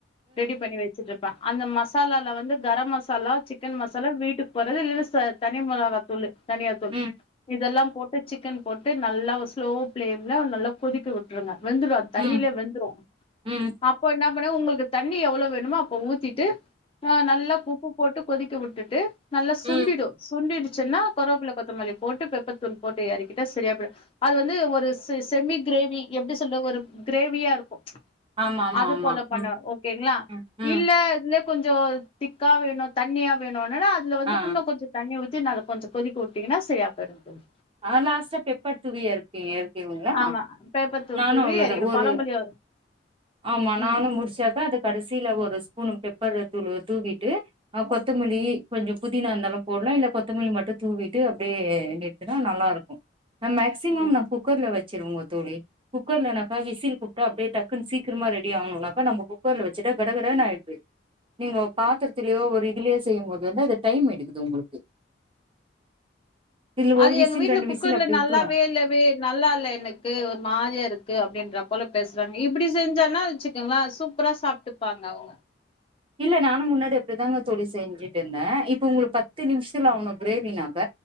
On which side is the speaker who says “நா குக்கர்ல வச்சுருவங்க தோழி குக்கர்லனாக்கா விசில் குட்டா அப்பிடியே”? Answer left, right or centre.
Right